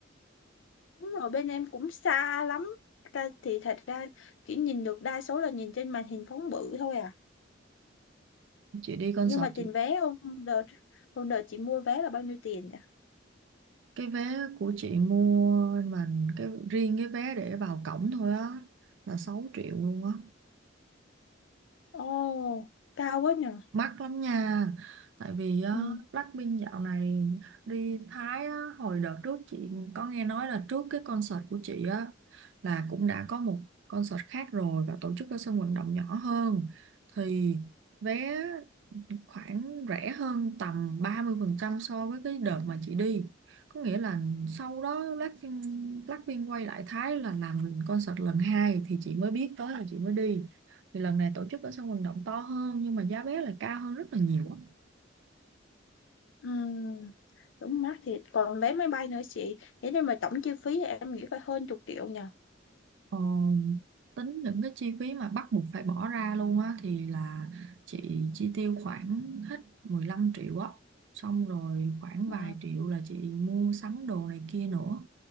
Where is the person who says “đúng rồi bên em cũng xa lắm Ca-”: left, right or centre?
Left